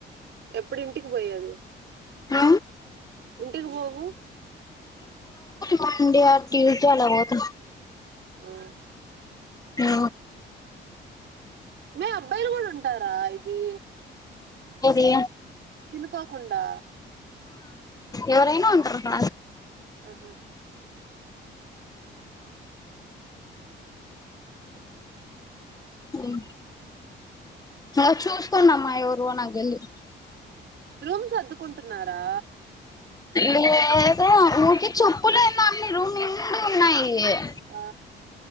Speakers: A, on the right; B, on the left.
A: ఎప్పుడు ఇంటికి పోయది
B: హ
A: ఇంటికి పోవు
B: మండే ట్యూస్డే అలా బ <unintelligible>
A: ఆ
B: ఆ
A: మీ అబ్బాయిలు కూడా ఉంటారా ఇది
B: ఇది
A: అనుకోకుండా
B: ఎవరైనా ఉంటారు
A: ఆహా
B: ఉం ఆ చూసుకున్నామ్మా ఎవరో నాకు తెల్దు
A: రూమ్ సర్ధుకుంటున్నారా
B: లేదో నుఊకి చప్పులు ఏమో అన్ని రూ నిలు ఉన్నాయి <unintelligible>
A: ఆ